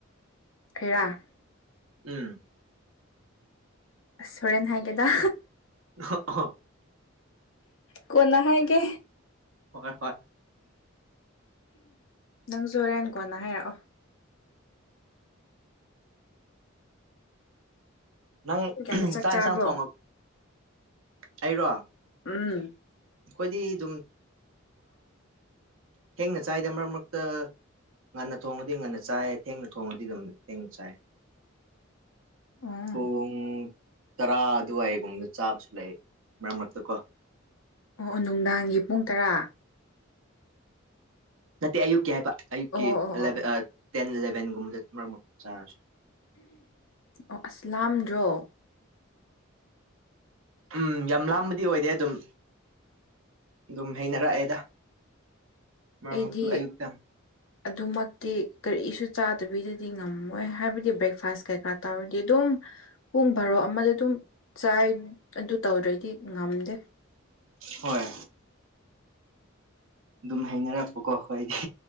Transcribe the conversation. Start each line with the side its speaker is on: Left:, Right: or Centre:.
Left: ꯀꯩꯔꯥ
Right: ꯎꯝ
Left: ꯑꯁ ꯍꯣꯔꯦꯟ ꯍꯥꯏꯒꯦꯗ
Right: ꯑꯣ ꯍꯣ
Left: ꯀꯣꯟꯅ ꯍꯥꯏꯒꯦ
Right: ꯍꯣꯏ ꯍꯣꯏ
Left: ꯅꯪꯁꯨ ꯍꯣꯔꯦꯟ ꯀꯣꯟꯅ ꯍꯥꯏꯔꯛꯑꯣ
Right: ꯅꯪ
Left: ꯄꯨꯡ ꯀꯌꯥꯗ
Right: ꯆꯥꯛ
Left: ꯆꯥꯕ꯭ꯔꯣ
Right: ꯏꯟꯁꯥꯡ ꯊꯣꯡꯉ ꯑꯩꯔꯣ
Left: ꯎꯝ
Right: ꯈꯣꯏꯗꯤ ꯑꯗꯨꯝ ꯊꯦꯡꯅ ꯆꯥꯏꯗ ꯃꯔꯛ ꯃꯔꯛꯇ ꯉꯟꯅ ꯊꯣꯡꯉꯗꯤ ꯉꯟꯅ ꯆꯥꯏ ꯊꯦꯡꯅ ꯊꯣꯡꯉꯗꯤ ꯑꯗꯨꯝ ꯊꯦꯡꯅ ꯆꯥꯏ
Left: ꯑꯣ
Right: ꯄꯨꯡ ꯇꯔꯥ ꯑꯗꯨꯋꯥꯏꯒꯨꯝꯕꯗ ꯆꯥꯕꯁꯨ ꯂꯩ ꯃꯔꯛ ꯃꯔꯛꯇ ꯀꯣ
Left: ꯑꯣ ꯑꯣ ꯅꯨꯡꯗꯥꯡꯒꯤ ꯄꯨꯡ ꯇꯔꯥ
Right: ꯅꯠꯇꯦ ꯑꯌꯨꯛꯀꯤ ꯍꯥꯏꯕ ꯑꯌꯨꯛꯀꯤ
Left: ꯑꯣ ꯑꯣ ꯑꯣ ꯑꯣ ꯑꯣ
Right: ꯇꯦꯟ ꯏꯂꯚꯦꯟꯒꯨꯝꯕꯗ ꯃꯛ ꯆꯥꯔꯁꯨ
Left: ꯑꯣ ꯑꯁ ꯂꯥꯝꯗ꯭ꯔꯣ
Right: ꯎꯝ ꯌꯥꯝ ꯂꯥꯝꯕꯗꯤ ꯑꯣꯏꯗꯦ ꯑꯗꯨꯝ ꯑꯗꯨꯝ ꯍꯩꯅꯔꯛꯑꯦꯗ ꯃꯔꯛ
Left: ꯑꯩꯗꯤ
Right: ꯃꯔꯛꯇ <inaudible>
Left: ꯑꯗꯨꯃꯛꯇꯤ ꯀꯔꯤꯁꯨ ꯆꯥꯗꯕꯤꯗꯗꯤ ꯉꯝꯃꯣꯏ ꯍꯥꯏꯕꯗꯤ ꯕ꯭ꯔꯦꯛꯐꯥꯁ ꯀꯩꯀꯥ ꯇꯥꯔꯗꯤ ꯑꯗꯨꯝ ꯄꯨꯡ ꯚꯔꯣ ꯑꯃꯗ ꯑꯗꯨꯝ ꯆꯥꯏ ꯑꯗꯨ ꯇꯧꯗ꯭ꯔꯗꯤ ꯉꯝꯗꯦ
Right: ꯍꯣꯏ ꯑꯗꯨꯝ ꯍꯥꯏꯅꯔꯛꯄꯀꯣ ꯑꯩꯈꯣꯏꯗꯤ